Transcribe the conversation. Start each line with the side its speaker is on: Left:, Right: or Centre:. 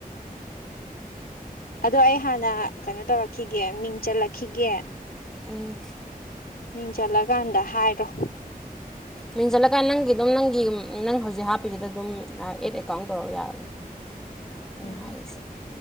Left: ꯑꯗꯣ ꯑꯩ ꯍꯥꯟꯅ ꯀꯩꯅꯣ ꯇꯧꯔꯛꯈꯤꯒꯦ ꯃꯤꯡ ꯆꯠꯂꯛꯈꯤꯒꯦ
Centre: ꯎꯝ
Left: ꯃꯤꯡ ꯆꯜꯂꯀꯥꯟꯗ ꯍꯥꯏꯔꯣ
Centre: ꯃꯤꯡꯁꯤꯜꯂꯀꯥꯟ ꯅꯪꯒꯤ ꯑꯗꯨꯝ ꯅꯪꯒꯤ ꯅꯪ ꯍꯧꯖꯤꯛ ꯍꯥꯞꯄꯤꯁꯤꯗ ꯑꯗꯨꯝ ꯑꯦꯠ ꯑꯦꯀꯥꯎꯟ ꯇꯧꯔ ꯌꯥꯔꯕꯅꯤ
Left: ꯎꯝ
Centre: ꯑꯍꯥꯛꯁꯦ